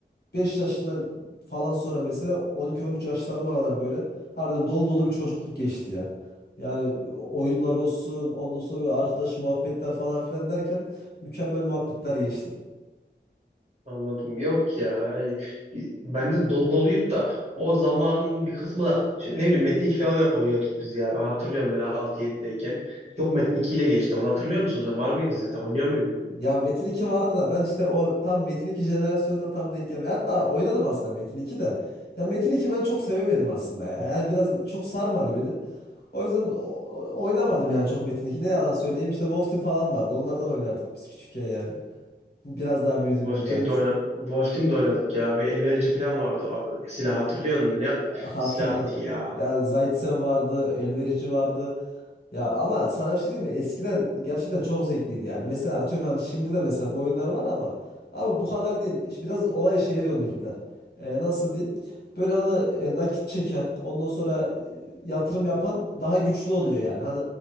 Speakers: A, on the left; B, on the right.
A: 5 yaşından falan sonra mesela on iki on üç yaşlarıma kadar böyle harbiden dolu dolu bir çocukluk geçti ya. Yani oyunlar olsun ondan sonra bir arkadaş muhabbetler falan filan derken mükemmel muhabbetler geçti.
B: Anladım. Yok ya. Yani bir- bende dolu doluydu da o zamanın bir kısmı da şey, ne bileyim Metin 2 falan oynuyorduk biz ya. Ben hatırlıyorum böyle altı 7deyken Yok Metin 2 ile geçti. Onu hatırlıyor musunuz? Var mıydı zaten? Oynuyor muydunuz?
A: Ya Metin 2 vardı da ben işte o tam Metin 2 jenerasyonuna tam denk gelmiyor. Hatta oynadım aslında Metin 2 de. Ya Metin 2 ben çok sevemedim aslında ya. Yani biraz çok sarmadı beni. O yüzden o- o- oynamadım yani çok Metin 2. Ne yalan söyleyeyim işte Wolf Team falan vardı. Onlardan oynardık biz küçükken yani. Biraz daha büyüdüğümüzde
B: Wolf Team'de,
A: yani.
B: oyna Wolf Team'de oynadık ya. Bir elverici falan vardı. O silah hatırlıyor musun? Ne
A: Hatırlıyorum.
B: silahtı ya.
A: Ya Zaitsev vardı, Elverici vardı. Ya ama sana bir şey diyeyim mi? Eskiden gerçekten çok zevkliydi yani. Mesela atıyorum hani şimdi de mesela bu oyunlar var ama abi bu kadar değil. İşte Biraz olayı şeye döndürdüler. Ee, nasıl diyeyim? Böyle hani e, nakit çeken, ondan sonra e, yatırım yapan daha güçlü oluyor yani. Hani